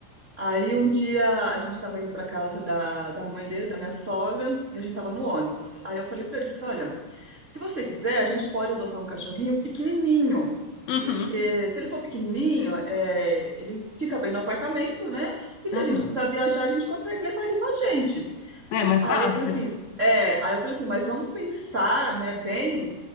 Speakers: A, on the right; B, on the left.
A: Aí um dia a gente estava indo para casa da, da mãe dele, da minha sogra, e a gente estava no ônibus. Aí eu falei para ele, falei assim, olha, se você quiser, a gente pode adotar um cachorrinho pequenininho,
B: uhum,
A: porque se ele for pequenininho, é, ele fica bem no apartamento, né? E se
B: aham.
A: a gente precisar viajar, a gente consegue levar ele com a gente.
B: É mais
A: Aí
B: fácil.
A: eu falei assim, é, aí eu falei assim, mas vamos pensar, né, bem,